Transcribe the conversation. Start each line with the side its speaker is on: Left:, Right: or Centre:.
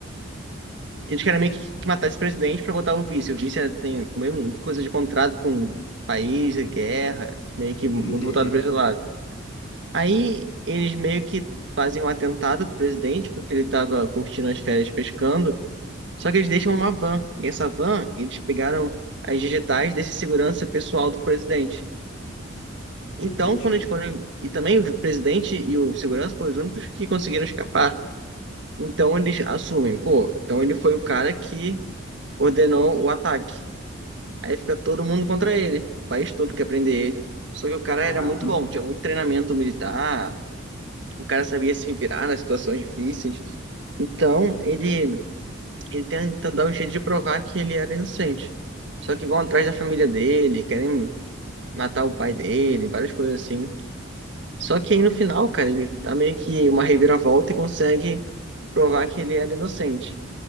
Right: Eles querem meio que matar esse presidente pra botar o vice. O vice é- tem mesmo coisa de contrato com o país, é guerra, meio que muito
Left: entendi,
Right: voltado para esse lado. Aí eles meio que fazem um atentado pro presidente, porque ele tava curtindo as férias pescando. Só que eles deixam uma van. E essa van, eles pegaram as digitais desse segurança pessoal do presidente.
Left: entendi.
Right: Então, quando eles foram. E também o presidente e o segurança foram os únicos que conseguiram escapar. Então eles assumem, pô, então ele foi o cara que ordenou o ataque. Aí fica todo mundo contra ele. O país todo quer prender ele. Só que o cara
Left: Caraca,
Right: era muito bom, tinha muito treinamento militar O cara sabia se virar nas situações difíceis. Então, ele, ele tenta dar um jeito de provar que ele era inocente. Só que vão atrás da família dele, querem matar o pai dele, várias coisas assim. Só que aí no final, cara, ele tá meio que uma reviravolta e consegue provar que ele era inocente.